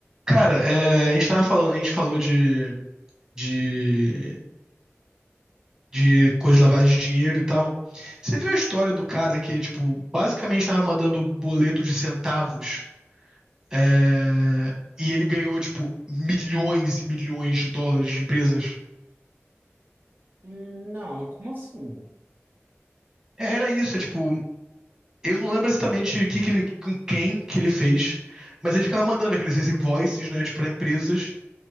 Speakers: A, on the right (about 15°); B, on the right (about 45°).
A: Cara, é, a gente tava falando, a gente falou de, de, de coisa de lavagem de dinheiro e tal. Você viu a história do cara que, tipo, basicamente tava mandando boleto de centavos, é, e ele ganhou, tipo, milhões e milhões de dólares de empresas?
B: Não, como assim?
A: É, Era isso, é tipo, eu não lembro exatamente o que que ele, com quem que ele fez, mas ele ficava mandando aqueles invoices, né, tipo, pra empresas,